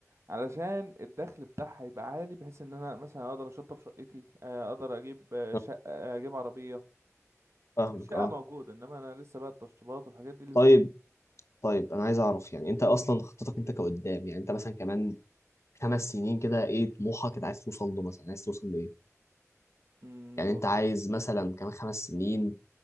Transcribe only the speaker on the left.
آه،
فاهمك
اه
طيب طيب انا عايز اعرف يعني انت اصلا خطتك انت كقدام يعني انت مثلا كمان خمس سنين كده ايه طموحك انت عايز توصل له مثلا عايز توصل لايه
يعني
انت عايز مثلا كمان خمس سنين